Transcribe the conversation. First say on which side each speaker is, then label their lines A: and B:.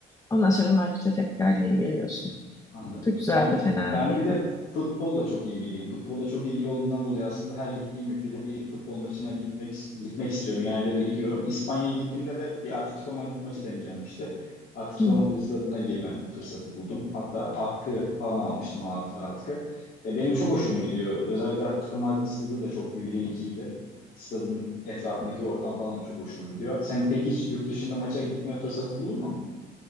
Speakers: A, on the left; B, on the left.
A: Ondan sonra Madrid'e tekrar geri geliyorsun.
B: Anladım.
A: Çok güzeldi,
B: Ben
A: fena
B: ben
A: değildi.
B: bir de futbolla çok ilgiliyim. Futbolla çok ilgili olduğumdan dolayı aslında her gittiğim ülkede bir futbol maçına gitmek gitmek istiyorum. Genelde de gidiyorum. İspanya'ya gittiğimde de bir Atletico Madrid maçı denk gelmişti. Atletico
A: Hı.
B: Madrid stadına girme fırsatı buldum. Hatta atkı falan almıştım, hatıra atkı. E, benim çok hoşuma gidiyor. Özellikle Atletico Madrid stadı da çok büyüleyiciydi. Stadın etrafındaki ortam falan da çok hoşuma gidiyor. Sen peki hiç yurt dışında maça gitme fırsatı buldun mu?